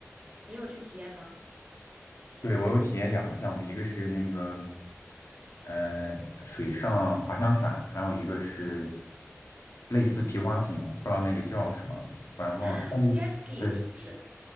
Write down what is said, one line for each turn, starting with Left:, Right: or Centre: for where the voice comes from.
Right: 你有去体验吗？
Left: 对，我有体验两个项目，一个是那个，呃，水上滑翔伞，还有一个是类似皮划艇，我不知道那个叫什么，我突然忘了。
Right: 啊，jet
Left: 那你对，
Right: ski 是不是？